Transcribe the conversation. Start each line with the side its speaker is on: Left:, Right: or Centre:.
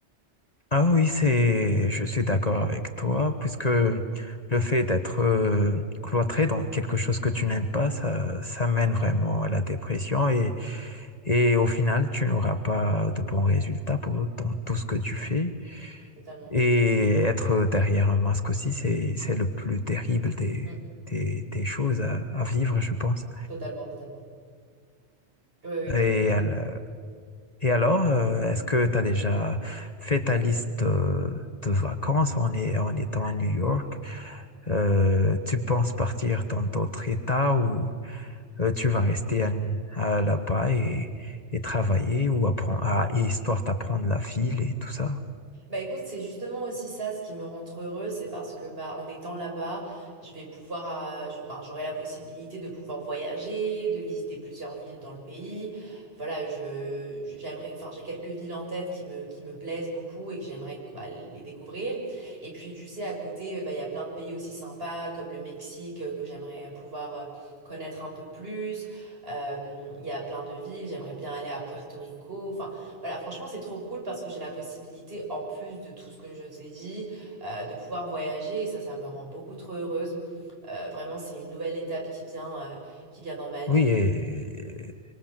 Left: Ah oui, c'est, je suis d'accord avec toi, puisque le fait d'être euh, cloîtré dans quelque chose que tu n'aimes pas, ça, ça mène vraiment à la dépression et, et au final, tu n'auras pas de bons résultats pour, dans tout ce que tu fais.
Right: Totalement.
Left: Et être derrière un masque aussi, c'est, c'est le plus terrible des,
Right: Mm.
Left: des, des choses à, à vivre, je pense.
Right: totalement, totalement. Oui, oui, totalement.
Left: Et à la- Et alors, euh, est-ce que tu as déjà fait ta liste euh, de vacances en, est- en étant à New York? Euh, tu penses partir dans d'autres États ou euh, tu vas rester à, à là-bas et, et travailler ou apprendre, à, et histoire d'apprendre la ville et tout ça?
Right: Bah écoute, c'est justement aussi ça ce qui me rend trop heureuse, c'est parce que bah en étant là-bas, je vais pouvoir, euh, je, ben, j'aurai la possibilité de pouvoir voyager, de visiter plusieurs villes dans le pays. Voilà, je, je- j'aimerais, enfin j'ai quelques villes en tête qui me, qui me plaisent beaucoup et que j'aimerais bah, les découvrir. Et puis tu sais, à côté, bah il y a plein de pays aussi sympas comme le Mexique euh, que j'aimerais pouvoir euh, connaître un peu plus. Euh, Il y a plein de villes, j'aimerais bien aller à Puerto Rico. Enfin. Voilà, franchement, c'est trop cool parce que j'ai la possibilité, en plus de tout ce que je t'ai dit, euh, de pouvoir voyager et ça, ça me rend beaucoup trop heureuse. Euh, vraiment, c'est une nouvelle étape qui vient, euh, qui vient dans ma vie.
Left: Oui, et